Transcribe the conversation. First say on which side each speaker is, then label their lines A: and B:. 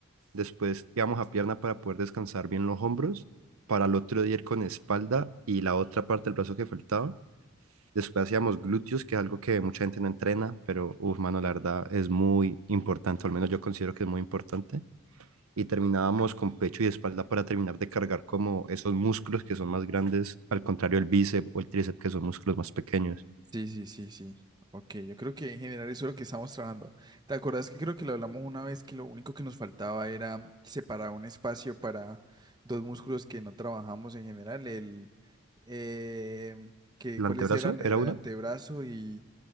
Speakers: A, on the right (about 90°); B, on the right (about 20°).
A: después íbamos a pierna para poder descansar bien los hombros, para el otro día ir con espalda y la otra parte del brazo que faltaba Después hacíamos glúteos, que es algo que mucha gente no entrena, pero, uff, mano, la verdad es muy importante, o al menos yo considero que es muy importante. Y terminábamos con pecho y espalda para terminar de cargar como esos músculos que son más grandes, al contrario del bíceps o el tríceps, que son músculos más pequeños.
B: Sí, sí, sí, sí. Ok, yo creo que en general eso es lo que estamos trabajando. ¿Te acuerdas que creo que lo hablamos una vez que lo único que nos faltaba era separar un espacio para dos músculos que no trabajamos en general? El, eh, que,
A: El
B: ¿cuáles
A: antebrazo
B: eran? Era
A: era uno,
B: el antebrazo y